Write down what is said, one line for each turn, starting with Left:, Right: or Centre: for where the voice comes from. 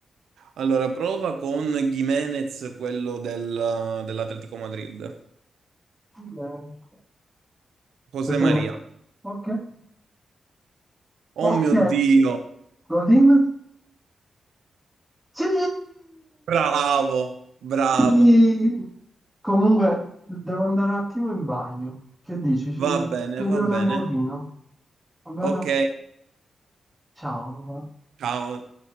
Right: Allora, prova con Gimenez, quello del- dell'Atletico Madrid.
Centre: Eh,
Right: José
Centre: questo
Right: Maria.
Centre: è mo- Ok.
Right: Oh
Centre: Ok.
Right: mio Dio!
Centre: Godin? Sì!
Right: Bravo, bravo.
Centre: Sì, comunque devo andare un attimo in bagno. Che dici? Ci
Right: Va bene,
Centre: sentiamo
Right: va
Centre: tra un
Right: bene.
Centre: pochino, va bene?
Right: Ok,
Centre: Ciao.
Right: ciao.